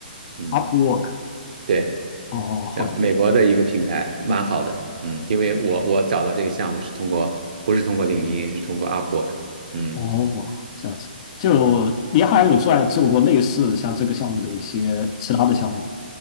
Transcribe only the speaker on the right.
嗯，
对，
呃，美国的一个平台蛮好的，嗯，因为我我找到这个项目是通过，不是通过领英，是通过 Upwork，嗯，